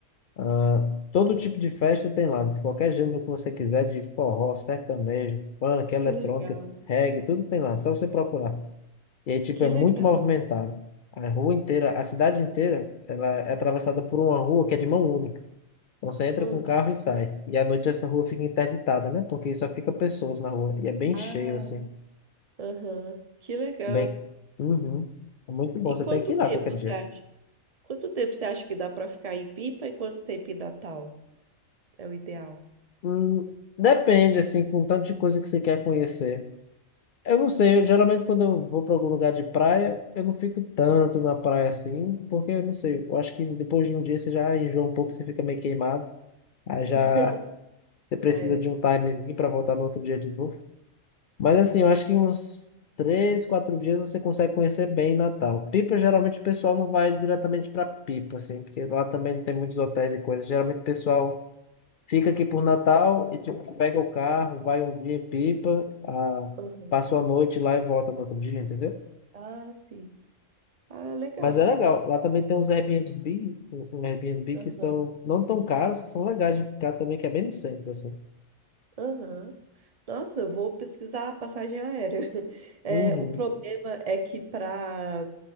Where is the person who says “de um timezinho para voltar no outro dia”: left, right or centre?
Left